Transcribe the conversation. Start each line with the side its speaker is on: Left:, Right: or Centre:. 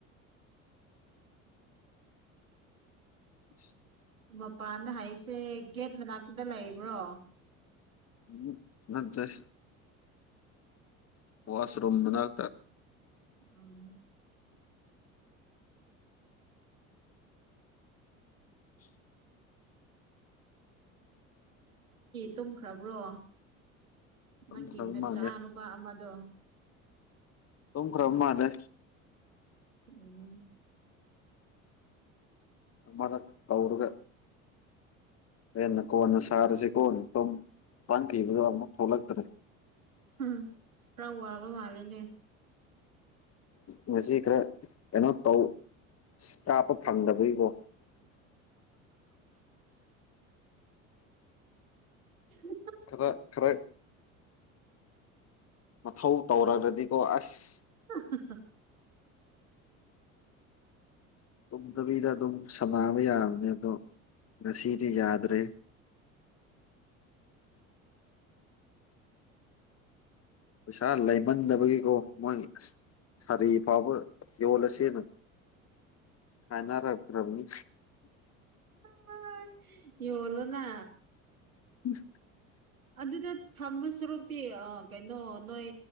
Left: <inaudible>
Right: ꯃꯄꯥꯟꯗ ꯍꯥꯏꯔꯤꯁꯦ ꯒꯦꯠ ꯃꯅꯥꯛꯇꯨꯗ ꯂꯩꯕ꯭ꯔꯣ
Left: ꯎ ꯆꯗꯔ ꯋꯥꯁꯔꯨꯝꯃ ꯃꯅꯥ ꯇ
Right: ꯑꯝ
Left: <inaudible>
Right: ꯇꯨꯝꯈ꯭ꯔꯕ꯭ꯔꯣ
Left: ꯇꯨꯝꯈ꯭ꯔꯕ
Right: ꯅꯪꯒꯤꯅꯆꯥꯅꯨꯄꯥ
Left: ꯃꯥꯜꯂꯦ
Right: ꯑꯃꯗꯣ
Left: ꯇꯝꯈ꯭ꯔꯃꯗ
Right: ꯎꯝ
Left: ꯑꯃꯅ ꯇꯧꯔꯒ ꯑꯦꯅ ꯀꯣꯅ ꯁꯔꯦꯁꯤ ꯀꯣꯅꯤ ꯆꯥꯡꯈꯤꯕꯗꯣ ꯑꯃꯨꯛ ꯊꯣꯛꯂꯛꯇ꯭ꯔꯦ
Right: ꯎꯝ ꯔ꯭ꯔꯥꯎ ꯋꯥꯕ ꯃꯥꯂꯦꯅꯦ
Left: ꯉꯁꯤ ꯈꯔ ꯀꯩꯅꯣ ꯇꯧ ꯀꯥꯞꯄ ꯐꯪꯗꯕꯒꯤꯀꯣ
Right: ꯎꯝ
Left: ꯈꯔ ꯈꯔ ꯃꯊꯧ ꯇꯧꯒꯗꯤꯀꯣ ꯑꯁ
Right: <inaudible>
Left: ꯇꯨꯝꯗꯕꯤꯗ ꯑꯗꯨꯝ ꯁꯥꯟꯅꯕ ꯌꯥꯕꯅꯦ ꯑꯗꯣ ꯉꯁꯤꯗꯤ ꯌꯥꯗ꯭ꯔꯦ ꯄꯩꯁꯥ ꯂꯩꯃꯟꯗꯕꯒꯤꯀꯣ ꯃꯣꯏ ꯑꯁ ꯁꯥꯔꯤ ꯐꯥꯎꯕ ꯌꯣꯜꯂꯁꯦ ꯅ ꯀꯥꯏꯅꯔꯛ ꯇꯔꯕꯅꯤ
Right: ꯍꯥ ꯌꫭꯜꯂꫭꯅ
Left: ꯎꯝ
Right: ꯑꯗꯨꯗ ꯊꯝꯕ ꯁꯔꯨꯛꯇꯤ ꯑ ꯀꯩꯅꯣ ꯅꯣꯏ